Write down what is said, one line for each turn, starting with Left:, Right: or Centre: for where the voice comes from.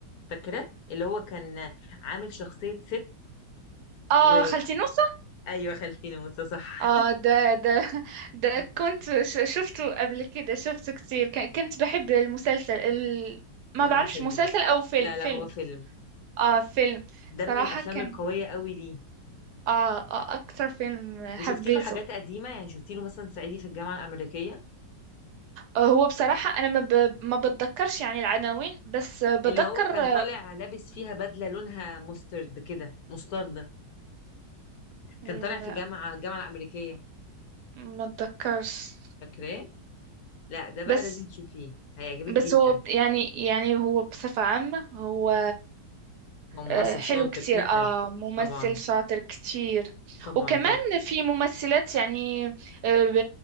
Left: فاكره اللي هو كان عامل شخصيه ست
Right: آه
Left: و
Right: خالتي نص
Left: ايوه خالتي ناموسه صح
Right: اه ده ده <laughs> ده
Left: <laughs>
Right: كنت ش- شفته قبل كده شفته كتير ك- كنت بحب المسلسل ال... ما
Left: الفيلم
Right: بعرفش مسلسل
Left: ده.
Right: او فيلم
Left: لا
Right: فيلم
Left: لا هو فيلم
Right: اه فيلم
Left: ده
Right: صراحة
Left: من الافلام
Right: كان
Left: القويه قوي ليه
Right: آه, اه اكتر فيلم
Left: وشفتي
Right: حبيته
Left: له حاجات قديمه يعني شفتي له مثلا صعيدي في الجامعه الامريكيه
Right: آه هو بصراحة انا ما, ب... ما بتذكرش يعني العناوين بس آه، بتذكر
Left: اللي هو كان
Right: آه،
Left: طالع لابس فيها بدلة لونها مسترد كده مستردة
Right: ال-
Left: كان طالع في جامعة الجامعة الأمريكية
Right: ما اتذكرش
Left: فاكراه؟ لا ده بقى
Right: بس
Left: لازم تشوفيه هيعجبك جدا
Right: بس هو ب- يعني يعني هو بصفة عامة هو
Left: هو ممثل
Right: آه، حلو
Left: شاطر
Right: كتير
Left: جدا
Right: آه ممثل
Left: طبعا
Right: شاطر كتير
Left: طبعا
Right: وكمان
Left: طبعا
Right: في ممثلات يعني آه، ب-